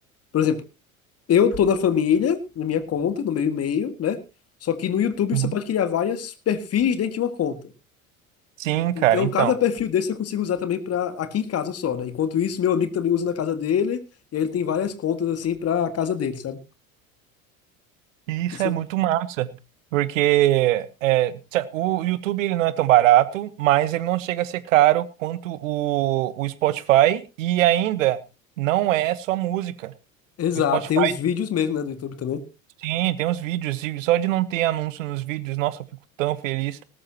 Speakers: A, on the left (about 35°); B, on the right (about 65°).
A: por exemplo, eu tô na família, na minha conta, no meu e-mail, né? Só que no YouTube
B: uhum.
A: você pode criar vários perfis dentro de uma conta.
B: Sim, cara,
A: Então,
B: então.
A: cada perfil desse eu consigo usar também pra aqui em casa só, né? Enquanto isso, meu amigo também usa na casa dele, e aí ele tem várias contas assim pra casa dele, sabe?
B: E Isso
A: Isso.
B: é muito massa, porque é, tsa- o YouTube ele não é tão barato, mas ele não chega a ser caro quanto o, o Spotify e ainda não é só música.
A: Exato,
B: O Spotify,
A: tem os vídeos mesmo, né, do YouTube também.
B: sim, tem os vídeos e só de não ter anúncio nos vídeos, nossa, eu fico tão feliz